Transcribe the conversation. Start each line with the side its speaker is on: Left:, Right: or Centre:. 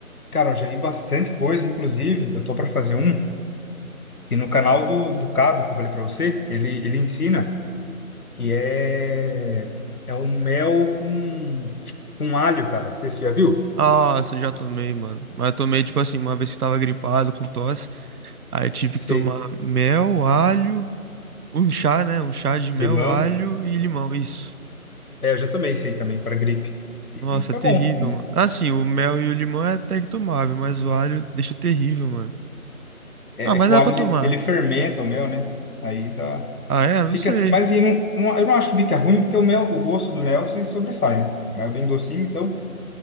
Left: cara, eu já vi bastante coisa, inclusive, eu tô pra fazer um. E no canal do, do Cado, que eu falei para você, ele, ele ensina que é, é um mel com, com alho, cara. Não sei se você já viu.
Right: Ah, essa eu já tomei, mano. Mas eu tomei, tipo assim, uma vez que tava gripado com tosse. Aí eu tive
Left: Sei.
Right: que tomar mel, alho, um chá, né? Um chá de mel,
Left: Limão.
Right: alho e limão, isso.
Left: É, eu já tomei esse aí também, para gripe. E,
Right: Nossa,
Left: e foi
Right: é terrível,
Left: bom, sim, né?
Right: mano. Assim, o mel e o limão é até que tomável, mas o alho deixa terrível, mano.
Left: É,
Right: Ah, mas
Left: é que
Right: dá
Left: o alho,
Right: pra
Left: ele,
Right: tomar.
Left: ele fermenta o mel, né? Aí dá,
Right: Ah, é? Não
Left: fica
Right: sei.
Left: assim. Mas e não, não- eu não acho que fica ruim, porque o mel, o gosto do mel se sobressai, né? O mel é bem docinho, então.